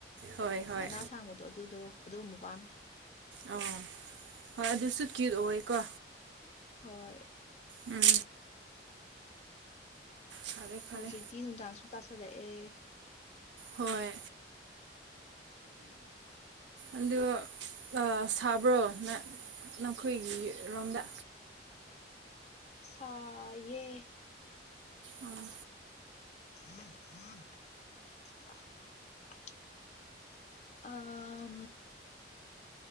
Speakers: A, on the right (about 80°); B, on the left (about 35°).
A: ꯍꯣꯏ ꯍꯣꯏ
B: ꯃꯅꯥ ꯑꯁꯥꯡꯕꯗꯣ ꯑꯗꯨꯗꯣ ꯑꯗꯨꯒꯨꯝꯕ ꯄꯥꯝꯃꯦ
A: ꯑꯣ ꯍꯣꯏ ꯑꯗꯨꯁꯨ ꯀ꯭ꯌꯨꯠ ꯑꯣꯏꯌꯦꯀꯣ
B: ꯍꯣꯏ
A: ꯎꯝ ꯐꯔꯦ ꯐꯔꯦ
B: ꯍꯧꯖꯤꯛꯇꯤ ꯅꯨꯡꯗꯥꯡꯁꯨ ꯇꯥꯁꯜꯂꯛꯑꯦ
A: ꯍꯣꯏ ꯑꯗꯣ ꯑꯥ ꯁꯥꯕ꯭ꯔꯣ ꯅꯪ ꯅꯈꯣꯏꯒꯤ ꯔꯣꯝꯗ
B: ꯁꯥꯏꯌꯦ
A: ꯑꯥ
B: <inaudible> ꯑꯥ